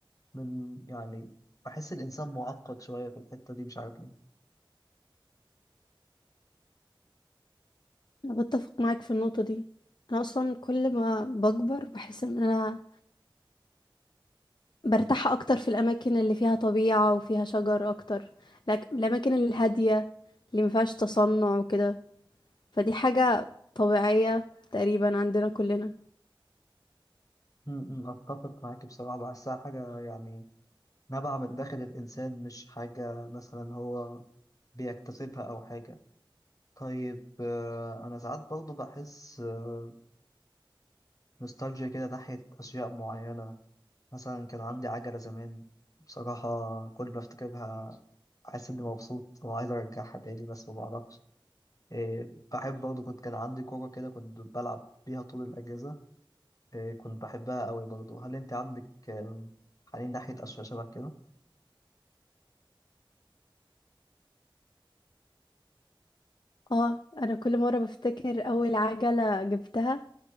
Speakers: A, on the left; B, on the left.
A: من يعني بحس الإنسان معقد شوية في الحتة دي مش عارف ليه
B: أنا بتفق معاك في النقطة دي أنا أصلا كل ما بكبر بحس إن أنا برتاح أكتر في الأماكن اللي فيها طبيعة وفيها شجر أكتر لكن الأماكن الهادية اللي مفيهاش تصنع وكده فدي حاجة طبيعية تقريبا عندنا كلنا
A: م- م، أتفق معاك بصراحة بحسها حاجة يعني نبع من داخل الإنسان مش حاجة مثلا هو بيكتسبها أو حاجة طيب آه، أنا ساعات برضه بحس آه، نوستالجيا كده ناحية أشياء معينة مثلا كان عندي عجلة زمان بصراحة كل ما أفتكرها حاسس إني مبسوط وعايز أرجعها تاني بس ما بعرفش آه، بحب برضه كنت كان عندي كورة كده كنت بلعب بيها طول الأجازة آه، كنت بحبها قوي برضه هل أنت عندك آه، حنين ناحية أشياء شبه كده؟
B: اه أنا كل مرة بفتكر أول عجلة جبتها